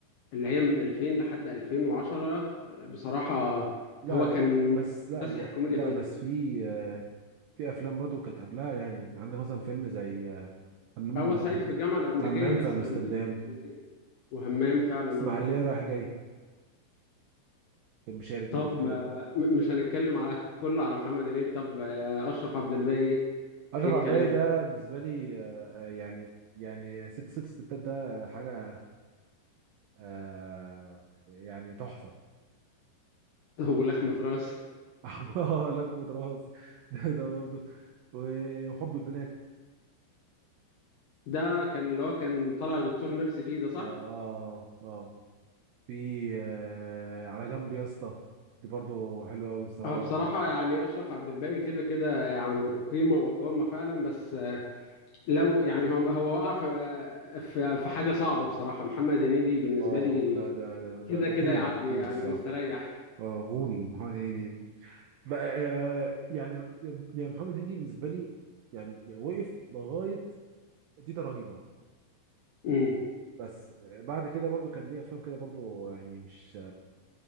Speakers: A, on the left (about 70°); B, on the right (about 80°).
A: اللي هي من 2000 لحد 2010 بصراحة
B: لا
A: هو كان
B: لا، بس لا
A: مكتسح الكوميديا
B: لا
A: فيها
B: بس في آه، في افلام برضه كانت قبلها يعني عندك مثلا فيلم زي آه، همام
A: هو صعيدي في الجامعة الأمريكية
B: همام
A: بس
B: في امستردام
A: اللي نزل 58 وهمام فعلا
B: اسماعيليه
A: اه
B: رايح جاي كان مشارك برضه
A: طب
B: فيها
A: آه، م- مش هنتكلم على <laughs> كله على محمد هنيدي طب آه، أشرف عبد الباقي إيه
B: اشرف
A: الكلام
B: عباية ده بالنسبه لي آه، آه، يعني يعني ست ست ستات ده حاجه آه، يعني تحفه
A: <laughs> ولخمة راس
B: <laughs> آه، لقمة راس <laughs> ده ده برضه و- وحب البنات
A: ده كان اللي هو كان طالع دكتور نفسي فيه ده صح؟
B: اه اه اه في آه على جنب يا اسطى دي برضه حلوه قوي الصراحه
A: اه بصراحة
B: بحب
A: يعني أشرف عبد الباقي كده كده يعني قيمة وقامة فعلا بس آه، لو يعني هو هو وقع في في في حاجة صعبة بصراحة محمد هنيدي بالنسبة
B: اه
A: لي
B: لا ده ده, ده
A: كده
B: غول
A: كده يعدي
B: غول
A: يعني
B: الصراحه
A: مستريح
B: اه غول محمد هنيدي بقى آه يعني يا يا محمد هنيدي بالنسبه لي يعني يعني وقف لغايه تيتا رهيبه
A: امم
B: بس بعد كده برضو كان ليه افلام كده برضو يعني مش